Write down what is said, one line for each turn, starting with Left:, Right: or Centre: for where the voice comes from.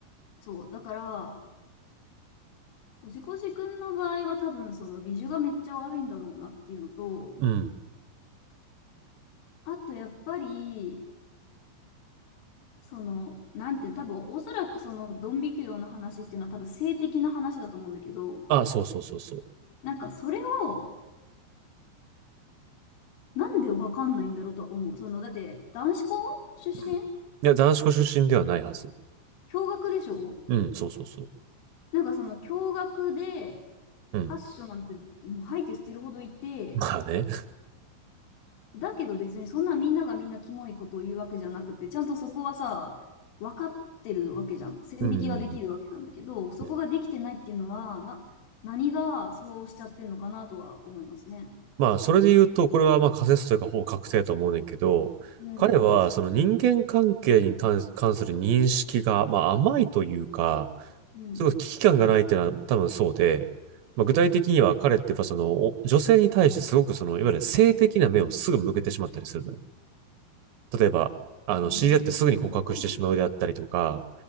Left: そう。だから、おじこじくんの場合は多分その美女がめっちゃ悪いんだろうなっていうのと、
Right: うん。
Left: あとやっぱり、その、なんていう、多分おそらくそのドン引き業の話っていうのは多分性的な話だと思うんだけど、
Right: あ、そうそうそうそう。
Left: なんかそれをなんでわかんないんだろうとは思う。その、だって男子校出身
Right: うん。いや、男子校出身ではないはず。
Left: 共学でしょ
Right: うん、そうそうそう。
Left: なんかその共学で、
Right: うん。
Left: 発所なんてもう吐いて捨てるほどいて、
Right: <laughs> まあね。
Left: だけど別にそんなみんながみんなキモいことを言うわけじゃなくて、ちゃんとそこはさ、分かってるわけじゃん。
Right: <laughs>
Left: 線引きができるわけなんだけど、
Right: うん、うん、
Left: そこができてないっていうのは、
Right: うん。
Left: な、何がそうしちゃってんのかなとは思いますね。
Right: まあ、それで言うと、これはまあ仮説というかほぼ確定だと思うねんけど、
Left: うん。
Right: 彼はその人間関係に関関する認識が、まあ、甘いというか、
Left: うん。
Right: すごい危機感がないっていうのは多分そうで、まあ、具体的には彼ってやっぱそのお女性に対してすごくそのいわゆる性的な目をすぐ向けてしまったりするのよ。例えば、あの知り合ってすぐに告白してしまうであったりとか、
Left: うん。まあ、わかるけどね。